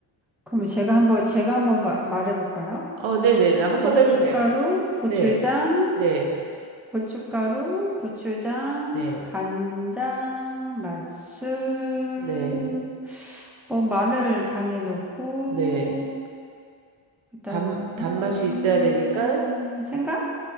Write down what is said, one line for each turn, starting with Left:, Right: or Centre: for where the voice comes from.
Centre: 그러면 제가 한번, 제가 한번 마- 말해 볼까요?
Right: 어, 네네. 한번
Centre: 고춧가루,
Right: 해보세요.
Centre: 고추장,
Right: 네, 네,
Centre: 고춧가루, 고추장,
Right: 네,
Centre: 간장, 맛술,
Right: 네,
Centre: 뭐 마늘 당에 넣고
Right: 네.
Centre: 그다음
Right: 단, 단맛이 있어야 되니까,
Centre: 생강?